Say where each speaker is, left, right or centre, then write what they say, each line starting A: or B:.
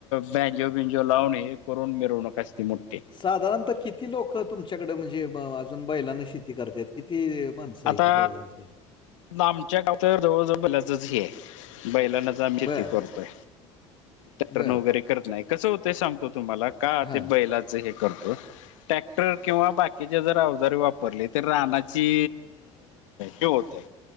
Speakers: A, on the left (about 80°); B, on the left (about 30°).
A: बॅजो, बिंजो लावून हे करून मिरवनूक असते मोठी.
B: साधारणतः किती लोक तुमच्याकडे म्हणजे अजून बैलांना शेती करत्यात, किती म्हणत- साहित्य
A: आता
B: बैलांचं आहे.
A: आमच्या गाव तर जवळजवळ बैलाचच हे, बैलांनाच- शेती
B: बरं,
A: करतोय, टॅक्टर्न
B: बरं.
A: वगैरे करत नाही, कसं होतंय सांगतोय तुम्हाला- का
B: हां,
A: ते बैलाच हे करतो? टॅक्टर किंवा बाकीच्या जर अवजारीे वापरली, तर रानाची हे होतय.